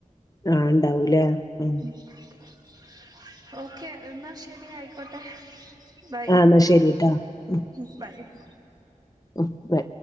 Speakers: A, on the left (about 25°); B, on the right (about 30°).
A: ആഹ് ഉണ്ടാവൂലേ ഉം
B: മ്ഹ് ഓക്കെ എന്നാ ശരി ആയിക്കോട്ടെ ബൈ
A: ആഹ് എന്നാ ശരിട്ടാ ഉം
B: <unintelligible>
A: ഉം ബൈ